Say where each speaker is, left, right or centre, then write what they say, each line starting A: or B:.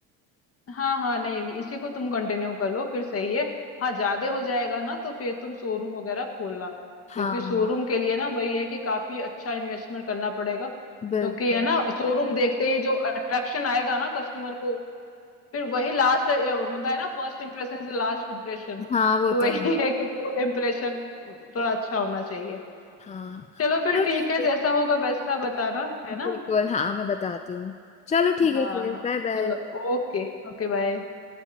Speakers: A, on the left; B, on the left.
A: हाँ हाँ नहीं इसी को तुम कंटिन्यू कर लो फिर सही है हाँ ज्यादा हो जाएगा ना तो फिर तुम शोरूम वगैरह खोलना
B: हाँ
A: क्योंकि शोरूम के लिए ना वही है कि काफी अच्छा इन्वेस्टमेंट करना पड़ेगा क्योंकि
B: बिल्कुल
A: है ना शोरूम देखते ही जो अट्रैक्शन आएगा ना कस्टमर को फिर वही लास्ट होता है ना first impression is last impression
B: हाँ वो
A: तो
B: तो
A: वही
B: है
A: <laughs> है कि वो इम्प्रेशन थोड़ा अच्छा होना चाहिए
B: हाँ
A: चलो फिर
B: चलो
A: ठीक
B: ठीक
A: है
B: है
A: जैसा होगा वैसा बताना है
B: बिल्कुल
A: ना
B: हाँ मैं बताती हूँ चलो ठीक
A: हाँ
B: है फिर
A: हाँ
B: बाय बाय
A: चलो ओके Okay bye